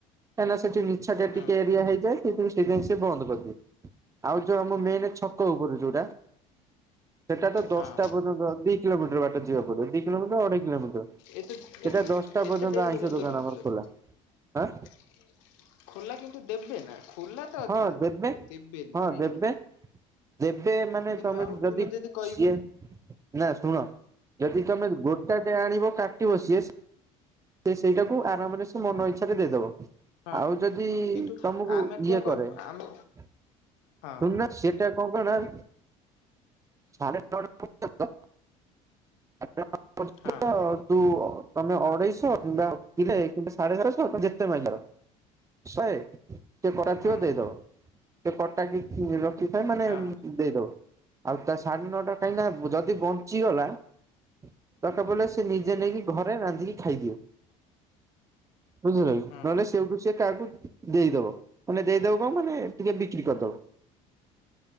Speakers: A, on the right; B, on the left.
A: କାଁହିଁନା ସେଠି ନିଛାଟିଆ
B: ହୁଁ
A: ଟିକେ ଏରିଆ ହେଇଯାଏ ସେଥିରୁ ସେଇଥିପିଇଁ ସିଏ ବନ୍ଦ କରିଦିଏ। ଆଉ ଯୋଉ ଆମ ମେନ୍ ଛକ ଉପରୁ ଯୋଉଟା। ସେଟା ତ ଦଶଟା
B: ହଁ
A: ପର୍ନ୍ତ ଦି କିଲୋମିଟର ବାଟ ଯିବାକୁ ପଡିବ ଦି କିଲୋମିଟର ଅଢେଇ କିଲୋମିଟର।
B: ଏତେ
A: ସେଟା
B: ଏତେ
A: ଦଶଟା
B: ଏତେ ଡେରି
A: ଆଇଁଷ
B: ପର୍ଯ୍ୟନ୍ତ ଦୋକାନ
A: ଆମର
B: ଖୋଲାଥିବ।
A: ଖୋଲା ଆଁ
B: ଖୋଲା କିନ୍ତୁ ଦେବେ ନା ଖୋର୍ଲା ତ
A: ହଁ
B: ଥାଏ
A: ଦେବେ।
B: ଦେବେନି
A: ହଁ
B: କାହିଁକି?
A: ଦେବେ ଦେବେ ମାନେ
B: କିନ୍ତୁ
A: ତମେ
B: ଆଉ
A: ଯଦି
B: ତୁମେ କହିବ
A: ସିଏ। ନା ଶୁଣ ଯେଦି ତମେ ଗୋଟା ଟେ ଆଣିବ କାଟିବ ସିଏ। ସିଏ ସେଇଟାକୁ ଆରାମରେ ସେ ମନ ଇଚ୍ଛାରେ ଦେଇଦବ।
B: ହଁ
A: ଆଉ ଯଦି
B: ହଁ କିନ୍ତୁ
A: ତମୁକୁ
B: ଆମେ କଣ
A: ଇଏ
B: କହିବୁ
A: କରେ
B: ଆମେ
A: ଶୁଣୁନା।
B: ହଁ
A: ସିଏଟା କଣ କ ନା। ସାଢ଼େ ନଅଟା ପର୍ଯ୍ୟନ୍ତ ସାଢେ ନଅଟା ପର୍ଯ୍ୟନ୍ତ
B: ହଁ
A: ତୁ ତମେ ଅଢେଇଶହ କିମ୍ବା <unintelligible> ଯେତେ ମାଗିପାର। ଶହେ। ସେ କଟା
B: ହୁଁ
A: ଥିବ ଦେଇଦବ, ସେ କଟା କିଛି ରଖିଥାଏ ମାନେ
B: ହଁ
A: ଦେଇଦବ। ଆଉ ତା ସାଢେ ନଅଟା କାହିଁକି ନା ଯଦି ବଞ୍ଚିଗଲା। ଦରକାର ପଡ଼ିଲେ ସେ ନିଜେ ନେଇକି ଘରେ ରାନ୍ଧିକି ଖାଇଦିଅ। ବୁଝିଲ କି
B: ହୁଁ
A: ନହେଲେ ସେଇଠୁ ସିଏ କାହାକୁ ଦେଇଦବ। ମାନେ ଦେଇଦବ କଣ ମାନେ ଟିକେ ବିକ୍ରି କରିଦବ।